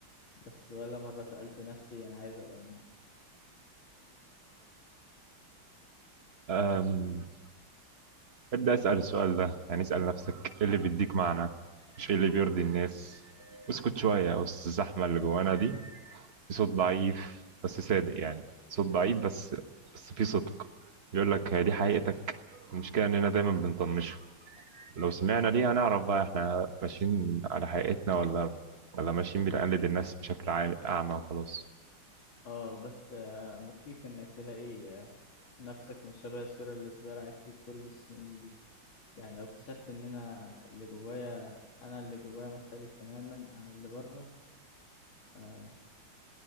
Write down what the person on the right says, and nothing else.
أم... ابدأ اسأل السؤال ده يعني اسأل نفسك ايه اللي بيديك معنى مش ايه اللي بيرضي الناس اسكت شوية وسط الزحمة اللي جوانا دي في صوت ضعيف بس صادق يعني صوت ضعيف بس بس في صدق بيقول لك هي دي حقيقتك المشكلة إننا دايما بنطنشه لو سمعنا ليها نعرف بقى احنا ماشيين على حقيقتنا ولا ولا ماشيين بنقلد الناس بشكل عام- أعمى وخلاص